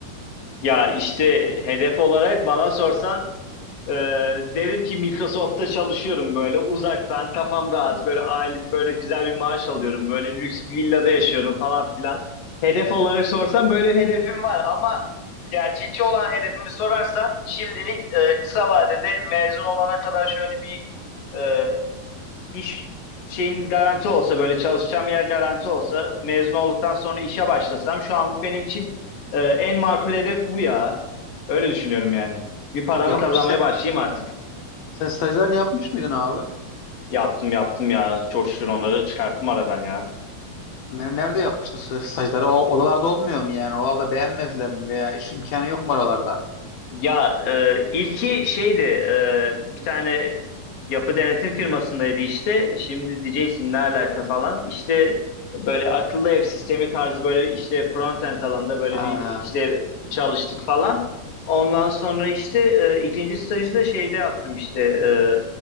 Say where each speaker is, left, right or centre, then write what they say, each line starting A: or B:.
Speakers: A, on the left; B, on the left.
A: Ya işte hedef olarak bana sorsan Ee, derim ki Microsoft'ta çalışıyorum böyle uzaktan kafam rahat böyle aylık böyle güzel bir maaş alıyorum böyle lüks bir villada yaşıyorum falan filan. Hedef olarak sorsan böyle hedefim var ama gerçekçi olan hedefimi sorarsan şimdilik e, kısa vadede mezun olana kadar şöyle bir e, İş şeyin garanti olsa böyle çalışacağım yer garanti olsa mezun olduktan sonra işe başlasam şu anlık benim için e, en makul hedef bu ya. Öyle düşünüyorum yani. Bir paramı
B: E, Yapmış
A: kazanmaya
B: sen,
A: başlayayım artık.
B: sen stajlarını yapmış mıydın abi?
A: Yaptım yaptım ya. Çok şükür onları çıkarttım aradan ya.
B: Ne- Nerede yapmıştın staj- stajları? O, oralarda olmuyor mu yani? Oralarda beğenmediler mi veya iş imkanı yok mu oralarda?
A: Ya e, ilki şeydi e, bir tane yapı denetim firmasındaydı işte. Şimdi diyeceksin ne alaka falan. İşte böyle akıllı ev sistemi tarzı böyle işte front-end alanında böyle
B: Ha,
A: bir işte çalıştık falan. Ondan sonra işte e, ikinci stajı da şeyde yaptım işte. e,